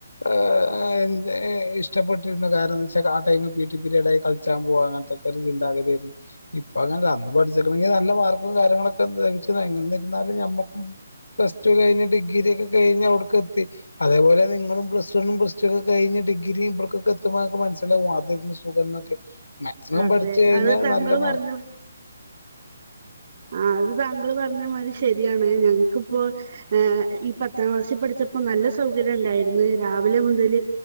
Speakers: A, on the left; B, on the right.
A: ഏ ഏ ഏ ഇഷ്ടപ്പെട്ടിരുന്നു കാരണം എന്താച്ചാ ആ time P E T period ആയിരുന്നു കള്ചാൻ പോവാ അങ്ങനത്തെൊക്കെ ഒരു ചിന്താഗതിയയിരുന്നു ഇപ്പ അങ്ങന അല്ല അന്ന് പഠിച്ചിക്കണങ്കി നല്ല മാർക്കും കാര്യങ്ങളൊക്കെ <unintelligible> എന്നിരുന്നാലും നമ്മക്കും പ്ലസ് ടു കഴിഞ്ഞ് ഡിഗ്രി ഒക്കെ കഴിഞ്ഞ് അവിട്ക്കെത്തി അതേപോലെ നിങ്ങളും പ്ലസ് വണ്ണും പ്ലസ്ടു ഒക്കെ കഴിഞ്ഞ് ഡിഗ്രി ഇബട്ക്കൊക്കെ എത്തുമ്പോ ങ്ങള്ക് മനസ്സിലാവും അതെന്ന് സുഖം എന്നൊക്കെ മാക്സിമം
B: അതെ
A: പഠിച് കഴിഞ്ഞാൽ
B: അത് താങ്കൾ
A: നല്ല മാർക്ക്
B: പറഞ്ഞു
A: കിട്ടും
B: ആ അത് താങ്കൾ പറഞ്ഞ മാതിരി ശരിയാണ് ഞങ്ങക്കിപ്പോ ഏ ഈ പത്താം ക്ലാസിൽ പഠിച്ചപ്പോ ന നല്ല സൗകര്യം ഉണ്ടായിരുന്നു രാവിലെ മുതൽ